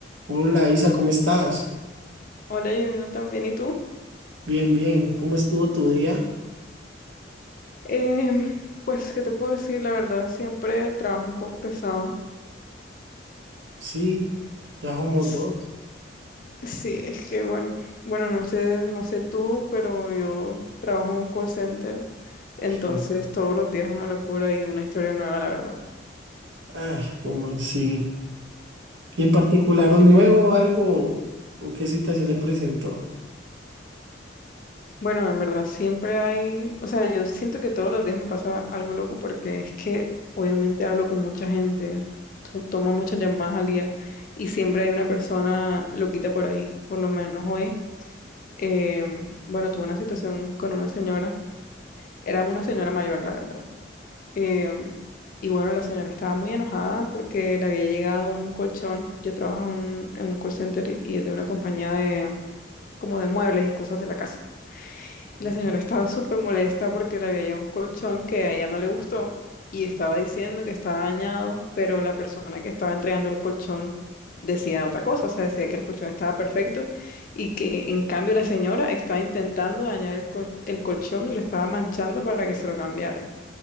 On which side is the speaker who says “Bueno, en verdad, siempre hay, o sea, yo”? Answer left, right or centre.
Left